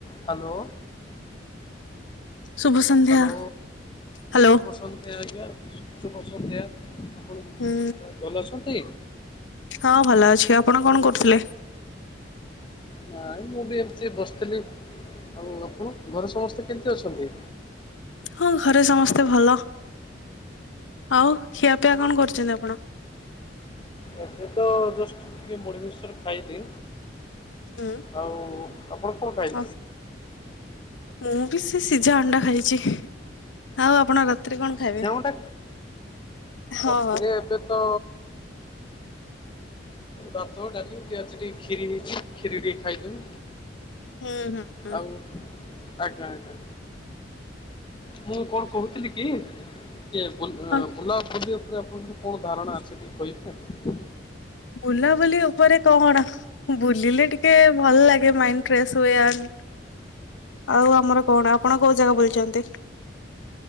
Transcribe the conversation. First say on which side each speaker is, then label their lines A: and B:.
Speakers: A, on the left; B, on the left.
A: Hello
B: ଶୁଭସନ୍ଧ୍ୟା
A: hello
B: hello
A: <unintelligible> ଆଜ୍ଞା ଶୁ ଶୁଭ ସନ୍ଧ୍ୟା ‌ ଆପଣ
B: ହୁଁ
A: ଭଲ ଅଛନ୍ତି?
B: ହଁ ଭଲ ଅଛି। ଆପଣ କଣ କରୁଥିଲେ?
A: ନାଇଁ ମୁଁ ବି ଏମତି ବସିଥିଲି। ଆଉ ଆପଣ ଘରେ ସମସ୍ତେ କେମିତି ଅଛନ୍ତି?
B: ହଁ ଘରେ ସମସ୍ତେ ଭଲ ଆଉ ଖିଆପିଆ କଣ କରୁଛନ୍ତି? ଆପଣ
A: ଏ ତ ଜଷ୍ଟ ଟିକେ ମୁଢି ମିକ୍ସଚର ଖାଇଲି।
B: ହୁଁ
A: ଆଉ ଆପଣ କଣ ଖାଇ
B: ଆଉ ମୁଁ ବି ସେ ସିଝା ଅଣ୍ଡା ଖାଇଚି। ଆଉ ଆପଣ ରାତିରେ କଣ ଖାଇବେ?
A: ସିଝା ଅଣ୍ଡା
B: ହଁ
A: ରାତିରେ
B: ହଁ
A: ଏବେ ତ ଭାତ ଡାଲି ଟିକେ ଆଜି ଟିକେ କ୍ଷୀରି ହେଇଛି କ୍ଷୀରି ଟିକେ ଖାଇଦେନୁ।
B: ହୁଁ ହୁଁ ହୁଁ
A: ଆଉ ଆଜ୍ଞା ଆଜ୍ଞା ମୁଁ କଣ କହୁଥିଲି କି ଏ ବୁଲ୍
B: ହଁ
A: ବୁଲା ବୁଲି ଉପରେ ଆପଣଙ୍କର କଣ ଧାରଣା ଅଛି ଟିକେ କହିବେ?
B: ବୁଲାବୁଲି ଉପରେ କଣ? ବୁଲିଲେ ଟିକେ ଭଲ ଲାଗେ। ମାଇଣ୍ଡ୍ ଫ୍ରେଶ ହୁଏ। ଆନ ଆଉ ଆମର କଣ। ଆପଣ କୋଉ ଜାଗା ବୁଲଛନ୍ତି?